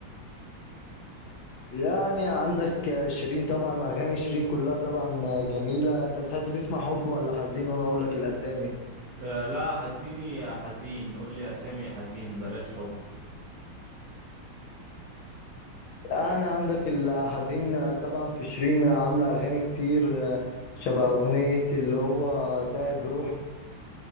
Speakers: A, on the left (about 75°); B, on the right (about 65°).
A: يعني عندك شيرين طبعا اغاني شيرين كلها طبعا جميله انت بتحب تسمع حب ولا حزين وانا اقول لك الاسامي
B: أه لا هديني حزين قول لي اسامي حزين بلاش حب
A: يعني عندك الحزين طبعا في شيرين عامله اغاني كتير شبه اغنيه اللي هو تعب روحي